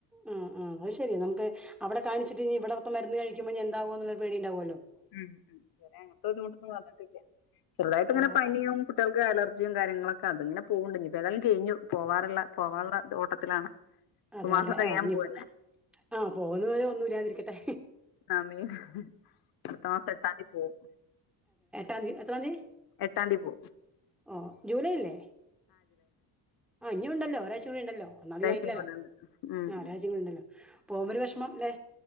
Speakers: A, in the centre; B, on the left (about 60°).
A: ഉം ഉം അത് ശരി നമുക്ക്വിടെ കാണിച്ചിട്ട് ഇ ഇവിടുത്തെ മരുന്ന് കഴിക്കുമ്പോ എന്താവോ എന്നുള്ളരു പേടിയ ഉണ്ടാവുമല്ലോ
B: ഉം ഉം വരെ അങ്ങനത്തെ ബുദ്ധിമുട്ടന്ന് വന്നിട്ട ചെറുതായിട്ട ഇങ്ങനെ
A: ആഹ്
B: പനിയും കുട്ടികൾക്ക് അലർജിയും കാര്യങ്ങളൊക്കെ അത്ങ്ങനെ പോകണ്ട ഇപ്പപ്പോ ഏതായാലും കഴഞ്ഞു പോവാറുള്ള പോകാനുള്ള ഓട്ടത്തിലാണ് ഇപ്പൊ
A: അതെല്ലേ
B: മാസം തികയാൻ
A: ആഹ് ഇനിപ്പോ
B: പോവല്ലേ
A: ആഹ് പോകുന്ന പോരെ ഒന്നുമല്ലാതിരിക്കട്ടെ
B: ആ മീൻ മത്തമാ കെട്ടാണ്ടി പോകവും
A: എത്രതി
B: എട്ടാംതിയതി പോ
A: ഓ ജൂലൈ അല്ലേ ആ ഇനി ഉണ്ടല്ലോ ഒരാഴ് മണി ഉണ്ടല്ലോ ഒന്നൽധിക
B: ഒരാഴ്ചയും
A: ആയിട്ടില്ലല്ലോ
B: കൂടെ ഉണ്ട് ഉം
A: ആഹ
B: ഉം
A: രാജ്യങ്ങളുണ്ടല്ലോ പോകുമ്പോ ഒരു വിഷമം അല്ലെ